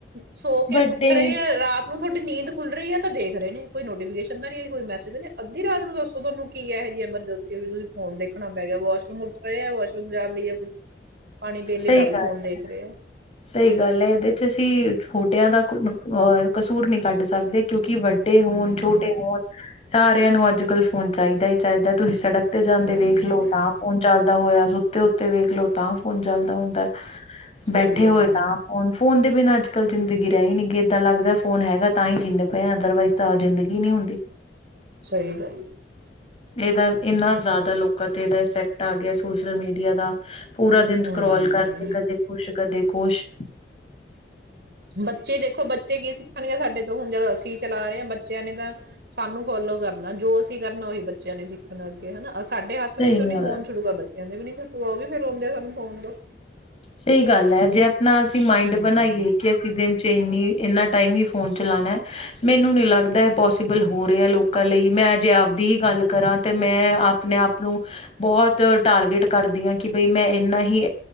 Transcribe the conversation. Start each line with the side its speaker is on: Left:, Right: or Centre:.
Right: ਸੋ ਕੇ
Left: ਵੱਡੇ
Right: ਉੱਠ ਰਹੇ ਹੈ ਰਾਤ ਨੂੰ। ਤੁਹਾਡੀ ਨੀਂਦ ਖੁੱਲ ਰਹੀ ਹੈ ਤਾਂ ਦੇਖ ਰਹੇ ਨੇ ਕੋਈ ਨੋਟੀਫਿਕੇਸ਼ਨ ਦਾ ਨੀ ਕੋਈ ਮੈਸੇਜ ਨੇ ਅੱਧੀ ਰਾਤ ਨੂੰ ਦੱਸੋ ਤੁਹਾਨੂੰ ਕੀ ਇਹੋ ਜਹੀ ਐਮਰਜੈਂਸੀ ਹੋਈ ਤੁਸੀਂ ਫੋਨ ਦੇਖਣਾ ਪੈ ਗਿਆ ਵਾਸ਼ਰੂਮ ਉੱਠ ਰਹਾ ਵਾਸ਼ ਰੂਮ ਜਾਣ ਲਈ ਆ ਕੁਛ। ਪਾਣੀ ਬੇਲੀ
Left: ਸਹੀ
Right: ਦਾ ਵੀ
Left: ਗੱਲ
Right: ਹੋਣ ਦੇਖ ਰਹੇ ਆ।
Left: ਸਹੀ ਗੱਲ ਹੈ ਇਹਦੇ ਚ ਅਸੀਂ ਛੋਟਿਆਂ ਦਾ। <inaudible> ਕਸੂਰ ਨਹੀਂ ਕੱਢ ਸਕਦੇ ਕਿਉਂਕਿ ਵੱਡੇ। ਵੱਡੇ ਹੋਣ
Right: ਹਮ
Left: ਛੋਟੇ ਹੋਣ ਸਾਰਿਆਂ ਨੂੰ ਅੱਜ ਕੱਲ ਫੋਨ ਚਾਹੀਦਾ ਹੀ ਚਾਹੀਦਾ ਤੁਸੀਂ ਸੜਕ ਤੇ ਜਾਂਦੇ
Right: ਹਮ
Left: ਵੇਖ ਲਓ ਤਾਂ ਫੋਨ ਚੱਲਦਾ ਹੋਇਆ ਤੇ ਉੱਤੇ ਵੇਖਲੋ ਤਾਂ ਫਣ ਚਲਦਾ ਹੁੰਦਾ
Right: ਸਹੀ
Left: ਬੈਠ ਕੱਠੇ
Right: ਗੱਲ
Left: ਹੋਏ
Right: ਹੈ,
Left: ਤਾਂ ਫੋਨ ਫੋਨ ਦੇ ਬਿਨਾਂ ਅੱਜ ਕੱਲ੍ਹ ਜ਼ਿੰਦਗੀ ਰਹਿ ਹੀ ਨੀ ਗਈ ਏਦਾਂ ਲੱਗਦਾ ਫੋਨ ਹੈਗਾ ਤਾਂ ਹੀ ਜੀਨੇ ਪਏ ਅਦਰਵਾਈਜ਼ ਤਾਂ ਜ਼ਿੰਦਗੀ ਨਹੀਂ ਹੁੰਦੀ
Right: ਸਹੀ ਗੱਲ
Left: ਇਹਦਾ ਇਨਾ ਜ਼ਿਆਦਾ ਲੋਕਾਂ ਤੇ ਇਹਦਾ ਇਫੈਕਟ ਆ ਗਿਆ ਸੋਸ਼ਲ ਮੀਡੀਆ ਦਾ ਪੂਰਾ ਦਿਨ
Right: ਹਮ,
Left: ਸਕਰੋਲ ਕਰਕੇ ਕਦੇ ਕੁਛ ਕਦੇ ਖੁਸ਼
Right: ਬੱਚੇ ਦੇਖੋ ਬੱਚੇ ਕੀ ਸਿੱਖਣਗੇ ਸਾਡੇ ਤੋਂ ਹੁਣ ਜਦ ਅਸੀਂ ਚਲਾ ਰਹੇ ਹਾਂ ਬੱਚਿਆਂ ਨੇ ਤਾਂ ਸਾਨੂੰ ਫੋਲੋ ਕਰਨਾ ਜੋ ਅਸੀਂ ਕਰਨਾ ਉਹੀ ਬੱਚਿਆਂ ਨੇ ਸਿੱਖਨਾ ਅੱਗੇ ਹਨਾ ਸਾਡੇ ਹੱਥ
Left: ਸਹੀ
Right: ਵਿੱਚ ਉਹ ਨੀ
Left: ਗੱਲ
Right: ਫੋਨ ਛੁਡੂਗਾ ਬੱਚਿਆਂ ਦੇ ਵੀ ਨੀ ਉਹ ਵੀ ਫੇਰ ਰੋਂਦੇ ਆ ਸਾਨੂੰ ਫੋਨ ਦੋ
Left: ਸਹੀ ਗੱਲ ਹੈ ਜੇ ਨਾ ਅਸੀਂ ਮਾਇੰਡ
Right: ਹਮ,
Left: ਬਣਾਈਏ ਕਿ ਅਸੀਂ ਦਿਨ ਚ ਇੰਨੀ ਇਨਾ ਟਾਈਮ ਹੀ ਫੋਨ ਚਲਾਉਣਾ ਮੈਨੂੰ ਨੀ ਲੱਗਦਾ ਇਹ ਪੋਸੀਬਲ ਹੋ ਰਿਹਾ ਲੋਕਾਂ ਲਈ ਮੈਂ ਜੇ ਆਪਦੀ ਹੀ ਗੱਲ ਕਰਾਂ ਤੇ ਮੈਂ ਆਪਣੇ ਆਪ ਨੂੰ ਬਹੁਤ ਟਾਰਗੇਟ ਕਰਦੀ ਹਾਂ ਕਿ ਬਈ ਮੈਂ ਇਨਾ ਹੀ